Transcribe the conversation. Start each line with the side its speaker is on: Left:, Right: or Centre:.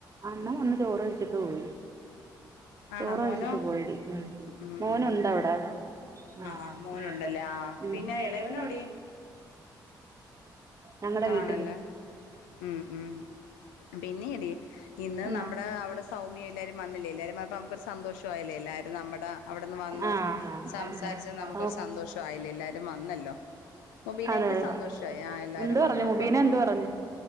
Right: അണ്ണൻ വന്ന് ചോറ് ഒഴിച്ചിട്ട് പോയി.
Left: ആണോ
Right: ചോറ് ക
Left: മോനോ
Right: ഴിച്ചിട്ട് പോയിടി ഉം
Left: ഉം,
Right: മോനുണ്ട
Left: ഉം.
Right: അവിട ആഹ് ആഹ്
Left: ആഹ്
Right: അങ്ങനെ
Left: മോനുണ്ടല്ലേ
Right: ഉണ്ട്
Left: ആഹ്
Right: ല്ലെ പിന്നെ
Left: ഇളയവനോടി
Right: എളയതിനെ ഔടെ ഞങ്ങടെ വീട്ടില്
Left: ആണല്ലേ ഉം ഉം പിന്നെടി ഇന്ന്
Right: ഉം
Left: നമ്മുടെ അവിടെ സൗമ്യ എല്ലാവരും വന്നില്ലേ എല്ലാരും വന്നപ്പോ നമുക്കൊരു സന്തോഷ ആല്ലേ എല്ലാരരും നമ്മുടെ അവിടുന്ന് വന്ന്
Right: ആഹ് ആഹ്
Left: സംസാരിച്ച നമുക്കൊരു
Right: ഓ
Left: സന്തോഷയില്ല എല്ലരും വന്നല്ലോ. മുബീനക്ക്
Right: അതെ അതെ
Left: സന്തോഷമായി ആഹ് എല്ലാരും
Right: എന്ത് പറഞ്ഞു
Left: വന്നപ്പ
Right: മുബീന
Left: ഉം
Right: എന്ത് പറഞ്ഞു